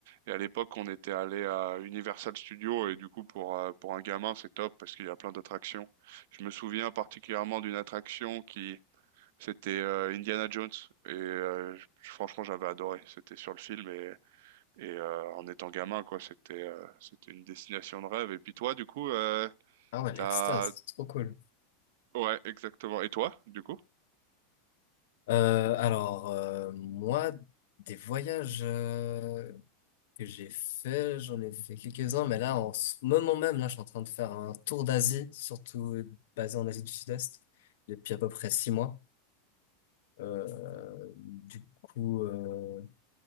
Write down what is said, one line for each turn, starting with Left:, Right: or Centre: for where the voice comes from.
Right: Et à l'époque, on était allé à Universal Studios. Et du coup, pour, euh, pour un gamin, c'est top parce qu'il y a plein d'attractions. Je me souviens particulièrement d'une attraction qui, c'était euh, Indiana Jones. Et euh, je- franchement, j'avais adoré. C'était sur le film. Et, et euh, en étant gamin, quoi, c'était euh, c'était une destination de rêve. Et puis toi, du coup, euh,
Left: Ah ouais, l'extase,
Right: t'as...
Left: c'est trop cool.
Right: Ouais, exactement. Et toi, du coup?
Left: Euh, alors, euh, moi, des voyages euh, que j'ai fait, j'en ai fait quelques-uns, mais là, en ce moment même, là, je suis en train de faire un tour d'Asie, surtout basé en Asie du Sud-Est, depuis à peu près six mois. Euh, du coup, euh,